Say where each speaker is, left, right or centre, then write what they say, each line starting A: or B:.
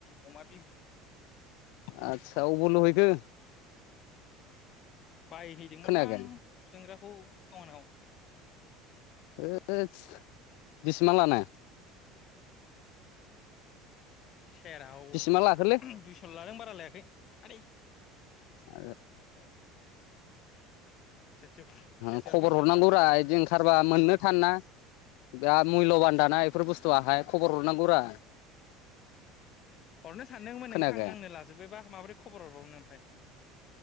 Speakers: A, on the left (about 45°); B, on the left (about 75°).
A: अमा बिबु
B: आतसा अबाव लुहैखो?
A: बायहैदोंमोनलां
B: खोनायाखै
A: खुसेंग्राखौ टाउनाव
B: होदस बिसिबां लानाय
A: सेराव
B: बेसेबां लाखोलै
A: दुइसल लादों बारा लायाखै आदै
B: आ
A: सेरसेयाव सेरसेयाव
B: <unintelligible> खबर
A: दुइस'
B: हरनांगौ
A: लादों
B: रा
A: औ
B: बिदि ओंखारबा मोननो थान ना बिरात मुल्यबान दाना बेफोर बुस्थुआहाय खबर हरनांगौ रा
A: हरनो सानदोंमोन
B: खोनायाखै
A: नोंथां आंनो लाजोब्बायबा माबोरै खबर हरबावनो ओमफ्राय